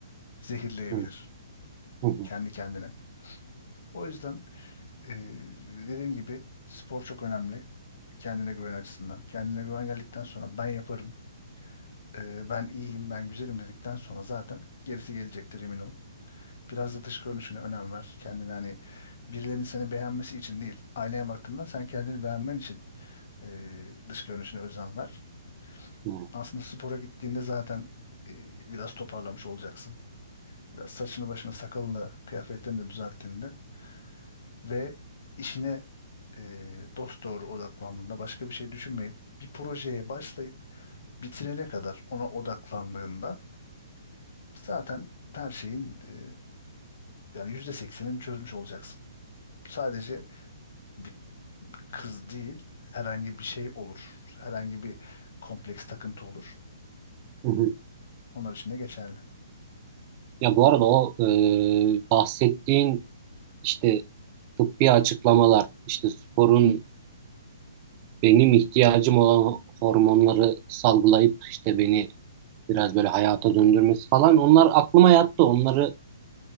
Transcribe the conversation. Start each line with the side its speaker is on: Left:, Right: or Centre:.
Left: zehirleyebilir
Right: hı hı, hı
Left: kendi kendine. O yüzden Ee, dediğim gibi spor çok önemli. Kendine güven açısından. Kendine güven geldikten sonra ben yaparım, e, ben iyiyim, ben güzelim dedikten sonra zaten gerisi gelecektir emin ol. Biraz da dış görünüşüne önem ver. Kendini hani birilerinin seni beğenmesi için değil, aynaya baktığında sen kendini beğenmen için e, dış görünüşüne özen ver.
Right: hı,
Left: Aslında spora gittiğinde zaten e, biraz toparlamış olacaksın. Biraz saçını başını sakalını kıyafetlerini de düzelttiğinde ve işine e, dosdoğru odaklandığında başka bir şey düşünmeyip bir projeye başlayıp bitirene kadar ona odaklandığında zaten her şeyin e, yani yüzde seksenini çözmüş olacaksın. Sadece bir kız değil herhangi bir şey olur. Herhangi bir kompleks takıntı olur.
Right: hı hı.
Left: Onlar için de geçerli.
Right: Ya bu arada o e, bahsettiğin işte tıbbi açıklamalar, işte sporun benim ihtiyacım olan hormonları salgılayıp işte beni biraz böyle hayata döndürmesi falan onlar aklıma yattı. Onları